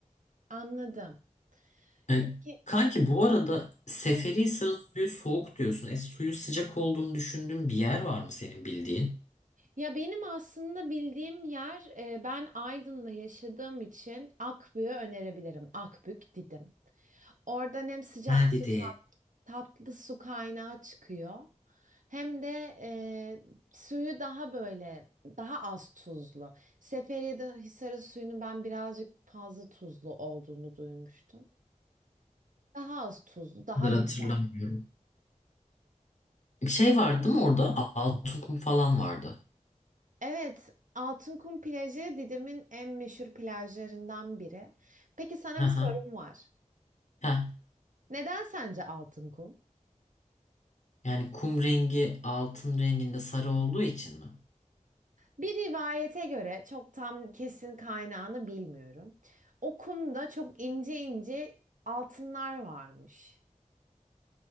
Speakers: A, on the right; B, on the left.
A: Anladım.
B: E,
A: Peki
B: kanki bu arada Seferihisar'ın
A: heh.
B: suyu soğuk diyorsun. E, suyu sıcak olduğunu düşündüğün bir yer var mı senin bildiğin?
A: ya benim aslında bildiğim yer e, ben Aydın'da yaşadığım için Akbük'ü önerebilirim. Akbük Didim. Oradan hem sıcak
B: Ha dedi.
A: su tat, tatlı su kaynağı çıkıyor. Hem de e, suyu daha böyle daha az tuzlu. Seferiye'de Hisar'ın suyunu ben birazcık fazla tuzlu olduğunu duymuştum. Daha az tuzlu, daha
B: Bu kadar
A: güzel.
B: hatırlamıyorum. Şey vardı değil mi orada? Altın kum falan vardı.
A: Evet, Altınkum plajı Didim'in en meşhur plajlarından biri. Peki sana
B: Hı hı.
A: bir sorum var.
B: Heh.
A: Neden sence Altınkum?
B: Yani kum rengi altın renginde sarı olduğu için mi?
A: Bir rivayete göre çok tam kesin kaynağını bilmiyorum. O kumda çok ince ince altınlar varmış.